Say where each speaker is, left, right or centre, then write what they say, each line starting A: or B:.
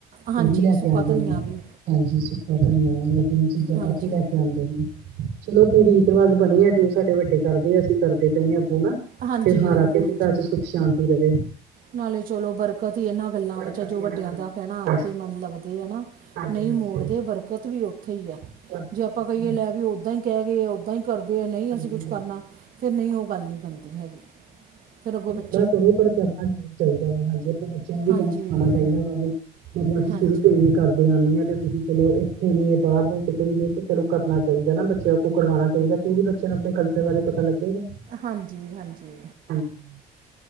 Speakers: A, on the right; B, on the right.
A: ਹਾਂਜੀ
B: ਉਹ ਵੀ ਲੈ
A: ਸੁੱਕਾ
B: ਕੇ ਆਂਦੇ
A: ਧਨੀਆ
B: ਨੇ,
A: ਵੀ
B: ਹਾਂਜੀ ਸੁੱਕਾ ਧਨੀਆ, ਇਹ ਚੀਜ਼ਾਂ
A: ਹਾਂਜੀ
B: ਕਾਫ਼ੀ ਲੈ ਕੇ ਆਂਦੇ ਨੇ। ਚਲੋ ਆਪਣੇ ਰੀਤ ਰਿਵਾਜ ਬਣੇ ਐ, ਜੋ ਸਾਡੇ ਵੱਡੇ ਕਰਦੇ ਆ, ਅਸੀਂ ਕਰਦੇ ਪਏ ਆਂ ਅੱਗੋਂ ਨਾ।
A: ਹਾਂਜੀ
B: ਤਿਉਹਾਰਾਂ ਤੇ
A: ਹਾਂਜੀ
B: ਕਿ ਘਰ ਚ ਸੁੱਖ ਸ਼ਾਂਤੀ ਰਵੇ।
A: ਨਾਲੇ ਚਲੋ ਬਰਕਤ ਹੀ ਇਹਨਾਂ ਗੱਲਾਂ
B: ਬਰਕਤ
A: ਵਿਚ ਆ, ਜੋ
B: ਇਹਨਾਂ
A: ਵੱਡਿਆਂ
B: ਬਸ
A: ਦਾ ਕਹਿਣਾ ਆਖੇ
B: ਬਸ
A: ਮਨ ਲੱਗਦੇ ਐ ਹਨਾ।
B: ਹਾਂਜੀ
A: ਨਹੀਂ
B: ਹਾਂਜੀ
A: ਮੋੜਦੇ ਬਰਕਤ ਵੀ ਉੱਥੇ ਈ ਐ,
B: ਬਸ, ਹਾਂਜੀ
A: ਜੇ ਆਪਾਂ ਕਹੀਏ ਲੈ ਵੀ ਓਦਾਂ ਹੀ ਕਹਿ ਗਏ ਆ, ਓਦਾਂ ਈ ਕਰਦੇ ਆ
B: ਹਾਂਜੀ
A: ਨਹੀਂ ਅਸੀਂ ਕੁਛ
B: ਹਾਂਜੀ
A: ਕਰਨਾ, ਫਿਰ ਨਹੀਂ ਉਹ ਗੱਲ ਨਹੀਂ ਬਣਦੀ ਹੈਗੀ, ਫੇਰ ਅੱਗੋਂ ਬੱ
B: ਆਹ ਕਰੋ, ਪਰ ਕਰਨਾ ਕੀ ਐ। ਚਾਹੀਦਾ ਹੈ, ਹਾਂਜੀ ਆਪਾਂ ਬੱਚਿਆਂ ਨੂੰ ਵੀ
A: ਹਾਂਜੀ
B: ਅਗਾਂਹ ਸਿਖਾਣਾ ਚਾਹੀਦਾ, ਮਤਲਬ ਅਸੀਂ
A: ਹਾਂਜੀ।
B: ਸ਼ੁਰੂ ਕਰੀਏ ਕਰਦੇ ਆਂਨੇ ਹਾਂ, ਤੇ ਤੁਸੀਂ ਚਲੋ ਇੱਥੋਂ ਵੀ ਨੇ ਬਾਹਰ ਨੇ ਕਿਤੇ ਵੀ ਨੇ, ਕਿ ਚਲੋ ਕਰਨਾ ਚਾਹੀਦਾ ਨਾ, ਬੱਚਿਆਂ ਕੋ ਕਰਵਾਣਾ ਚਾਹੀਦਾ। ਫੇਰ ਈ ਬੱਚਿਆਂ ਨੂੰ ਆਪਣੇ ਕਲਚਰ ਬਾਰੇ ਪਤਾ ਲੱਗੇਗਾ।
A: ਹਾਂਜੀ-ਹਾਂਜੀ।
B: ਹਾਂਜੀ।